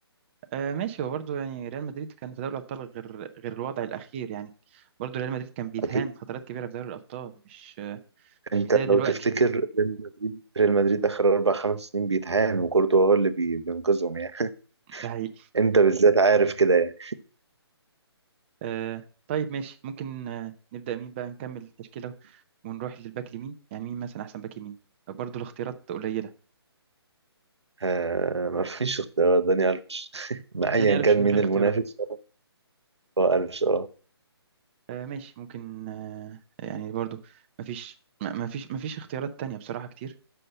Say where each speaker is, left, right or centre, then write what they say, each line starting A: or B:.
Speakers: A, on the right; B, on the right.
A: آه ماشي هو برضه يعني ريال مدريد كان في دوري الابطال غير غير الوضع الاخير يعني برضه ريال مدريد كان بيتهان
B: أكيد
A: فترات كبيرة في دوري الابطال مش
B: أنت
A: مش زي
B: لو
A: دلوقتي
B: تفتكر ريال مدريد ريال مدريد آخر أربع خمس سنين بيتهان وكورتوا هو اللي بي- بينقذهم يعني
A: ده
B: <laughs> أنت بالذات عارف كده يعني
A: آه طيب ماشي ممكن آه نبدأ مين بقى نكمل التشكيلة ونروح للباك اليمين يعني مين مثلا أحسن باك يمين برضو الاختيارات قليلة
B: آه مفيش اختيار داني ألفيش <laughs> ما
A: داني
B: أيا
A: ألفيش
B: كان
A: من
B: مين
A: غير
B: المنافس
A: اختيارات
B: هو ألفيش أه
A: آه ماشي ممكن آه يعني برضو مفيش م- مفيش مفيش اختيارات تانية بصراحة كتير